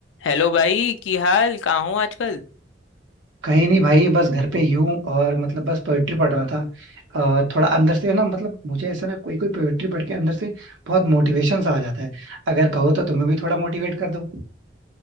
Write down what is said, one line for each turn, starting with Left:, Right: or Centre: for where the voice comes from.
Left: Hello भाई की हाल कहाँ हो आजकल
Right: कहीं नहीं भाई बस घर पे ही हूँ और मतलब बस पोएट्री पढ़ रहा था अ, थोड़ा अंदर से ना मतलब मुझे ऐसा ना कोई कोई पोएट्री पढ़ के अंदर से बहुत मोटिवेशन सा आ जाता है अगर कहो तो तुम्हें भी थोड़ा मोटिवेट कर दूँ